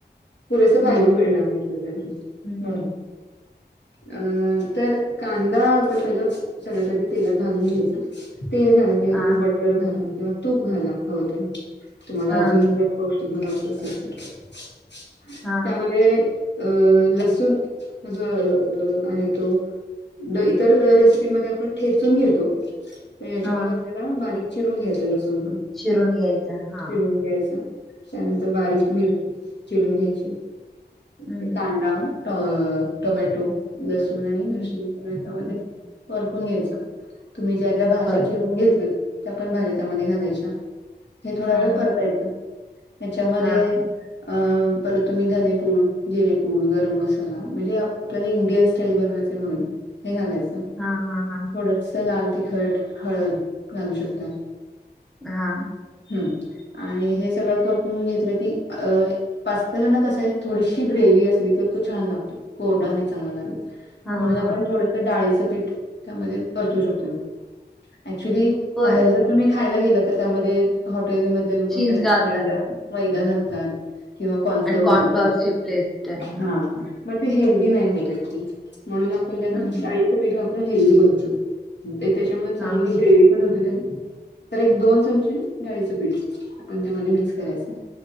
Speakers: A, on the left; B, in the centre.
A: पुरेस फायबर
B: हम्म हम्म
A: मिळणार नाही त्यातून
B: हम्म
A: म्हणून अं तर कांदा आपण पहिला सगळ्यात आधी तेलात भाजून घ्यायचा. तेल घाला किंवा
B: हा
A: तुम्ही बटर घाला किंवा तूप घाला हव तर तुम्हाला
B: हा
A: अजून जर पौष्टिक बनवायचा <inaudible> असेल तर <unintelligible>
B: हा
A: त्यामध्ये अ लसुन <unintelligible> अज अ आहे तो इतर रेसिपीमध्ये <unintelligible> आपण ठेचून घेतो. <unintelligible> तर याच्यामध्ये
B: हा हा
A: आपल्याला बारीक चिरून घ्यायचं लसूण पण
B: चिरून घ्यायचा हा
A: चिरून घ्यायचा त्यानंतर बारीक
B: हम्म
A: मिरची चिरून घ्यायची
B: हम्म
A: ते कांदा अ टोमॅटो लसूण आणि मिरची
B: हम्म
A: त्यामध्ये परतून घ्यायचं तुम्ही ज्या -ज्या भाज्या
B: बर
A: चिरून घेतल्यात त्या पण भाज्या त्यामध्ये घालायच्या हे थोडा वेळ
B: अ
A: परतायचं त्याच्यामध्ये
B: हां,
A: अ परत तुम्ही धनेपूड जिरेपूड गरम मसाला म्हणजे आपल्याला इंडियन स्टाईल बनवायच म्हणून हे घालायचं.
B: हा -हां हा
A: थोडस लाल तिखट हळद घालू शकता.
B: हा
A: हम्म आणि हे सगळं परतून घेतलं की अ पास्ताला ना कसं आहे थोडीशी ग्रेव्ही असली तर तो छान लागतो कोरडा नाही चांग चांगला लागत म्हणून
B: हां,
A: आपण
B: हां.
A: थोडसं डाळीचं पीठ त्यामध्ये परतू शकतोय ऍक्चुली
B: पण
A: बाहेर ज तुम्ही खायला गेला तर त्यामध्ये हॉटेल मधले लोक
B: चीज
A: काय
B: घालतात
A: मैदा- मैदा घालतात. किंवा कॉर्नफ्लोर
B: आणि कॉर्नफ्लॉवरची
A: घालतात
B: पेस्ट. हां,
A: हा
B: हां.
A: - मग ते हेल्दी नाही होत ऍक्च म्हणून आपण त्याना
B: हं.
A: डाळीचं पीठ वापरून हेल्दी बनवू शकतो. त्याच्यामध्ये चांगली
B: हां, हां.
A: ग्रेव्ही - पण होत त्या तर एक दोन चमचे डाळीचं पीठ आपण त्यामध्ये मिक्स करायचं.